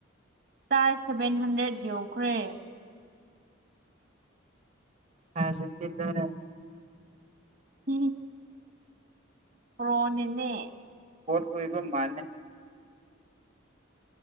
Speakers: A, on the right; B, on the right.
A: ꯁ꯭ꯇꯥꯔ ꯁꯚꯦꯟ ꯍꯟꯗ꯭ꯔꯦꯠ ꯌꯧꯈ꯭ꯔꯦ
B: ꯍ ꯁꯗꯤꯗ
A: ꯝ ꯔꯣꯅꯤꯅꯦ
B: ꯀꯣꯠ ꯑꯣꯏꯕ ꯃꯥꯜꯦ